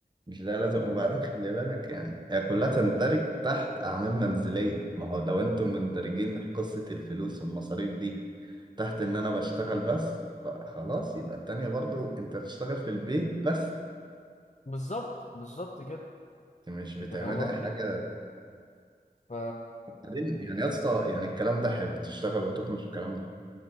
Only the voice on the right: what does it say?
مش ده لازم وبعدين خلي بالك يعني هي كلها تندرج تحت اعمال منزليه ما هو لو انتم مندرجين قصه الفلوس والمصاريف دي تحت ان انا بشتغل بس خ- خلاص يبقى التانية برضو انت بتشتغل في البيت بس
انت مش بتعملي
حاجة
بعدين يعني يا اسطى يعني الكلام ده حلو تشتغل وتكنس الكلام ده